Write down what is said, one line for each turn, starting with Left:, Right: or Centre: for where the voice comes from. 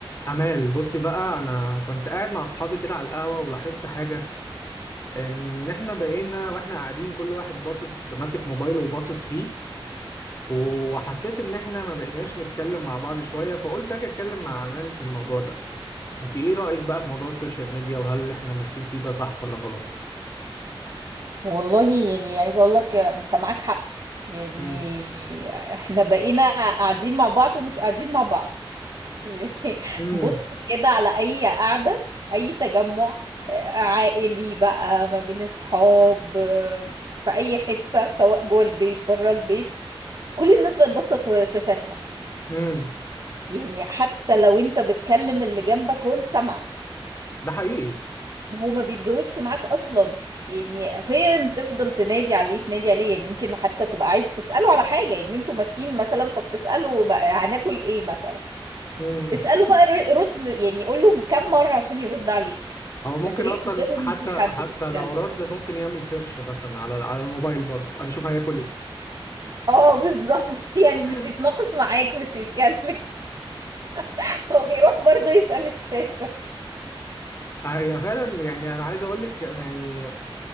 Left: أمال بصي بقى أنا كنت قاعد مع أصحابي كده على القهوة ولاحظت حاجة إن إحنا بقينا وإحنا قاعدين كل واحد باصص ماسك موبايله وباصص فيه وحسيت إن إحنا ما بقيناش نتكلم مع بعض شوية فقلت أجي أتكلم مع أمال في الموضوع ده أنت إيه رأيك بقى في موضوع السوشيال ميديا وهل إحنا ماشيين فيه ده صح ولا غلط؟
Right: والله يعني عايزة اقول لك انت معاك حق يعني
Left: امم
Right: احنا بقينا قاعدين مع بعض ومش قاعدين مع بعض <laughs> يعني
Left: امم
Right: بص كده على اي قعدة اي تجمع عائلي بقى ما بين اصحاب في اي حتة سواء جوه البيت بره البيت كل الناس بقت باصة في شاشاتها
Left: امم
Right: يعني حتى لو انت بتكلم اللي جنبك هو مش سامعك
Left: ده حقيقي
Right: ما هو ما بيتجاوبش معاك اصلا يعني فين تفضل تنادي عليه تنادي عليه يعني يمكن حتى تبقى عايز تسأله على حاجة ان انتوا ماشيين مثلا فبتسأله بقى هناكل ايه مثلا
Left: امم
Right: اسأله
Left: <laughs>
Right: بقى ر- رد يعني يقول له كم مرة عشان يرد عليك
Left: هو ممكن
Right: عشان ياخد
Left: أصلا
Right: باله ان
Left: حتى
Right: في حد
Left: حتى
Right: بيتكلم
Left: لو رد ممكن يعمل سيرش مثلا على على الموبايل برضه هيشوف هياكل إيه
Right: اه بالظبط <laughs>
Left: <laughs>
Right: يعني مش يتناقش معاك مش يتكلم <laughs> هو بيروح برضه يسأل الشاشة
Left: آه، هي فعلا يعني انا عايز اقول لك يعني